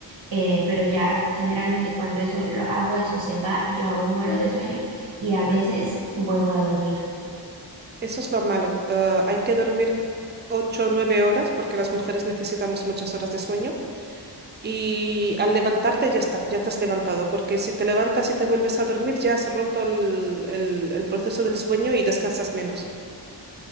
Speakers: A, on the right; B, on the right.
A: eh, pero ya generalmente cuando eso lo hago eso se va, yo aún muero de sueño y a veces vuelvo a dormir.
B: Eso es lo malo. Eh, hay que dormir 8 o 9 horas porque las mujeres necesitamos muchas horas de sueño. Y al levantarte ya está, ya estás levantado, porque si te levantas y te vuelves a dormir, ya has roto el, el- el proceso del sueño y descansas menos.